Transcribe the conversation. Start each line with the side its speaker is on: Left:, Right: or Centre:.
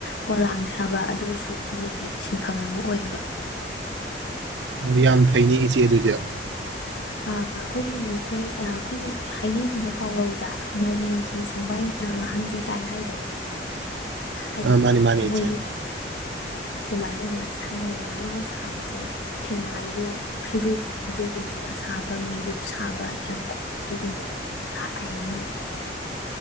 Left: ꯄꯣꯂꯥꯡ ꯁꯥꯕ ꯑꯗꯨꯁꯨ ꯃꯣꯏꯒꯤ ꯁꯤꯟꯐꯝ ꯑꯃ ꯑꯣꯏꯑꯕ
Right: ꯎ ꯌꯥꯝ ꯐꯩꯅꯤ ꯆꯦꯗꯨꯖ
Left: ꯑꯩꯈꯣꯏꯒꯤ ꯃꯤꯇꯩ ꯑꯩꯈꯣꯏꯅ ꯍꯥꯏꯅꯩꯗꯅ ꯄꯥꯎꯔꯧꯗ ꯃꯔꯤꯡꯒꯤ ꯁꯪꯕꯥꯏ ꯃꯃ ꯍꯪꯗꯦ ꯀꯥꯏꯅ ꯍꯥꯏꯗꯣ ꯍꯥꯏꯗꯤ
Right: ꯑ ꯃꯥꯅꯤ ꯃꯥꯅꯤ ꯏꯆꯦ
Left: ꯃꯣꯏ ꯑꯗꯨꯃꯥꯏꯅ ꯃꯌꯥꯝ ꯁꯥꯥꯟꯅꯩꯌꯦꯕ ꯃꯣꯏꯅ ꯁꯥꯕꯁꯦ ꯐꯤꯉꯥꯏꯔꯨ ꯐꯤꯔꯨꯛ ꯑꯗꯨꯒꯨꯝꯕ ꯁꯥꯕ ꯃꯤꯔꯨꯛ ꯁꯥꯕ ꯌꯥꯡꯀꯨꯞ ꯑꯗꯨꯒꯨꯝꯕ ꯁꯥꯏꯌꯦ ꯃꯣꯏꯅ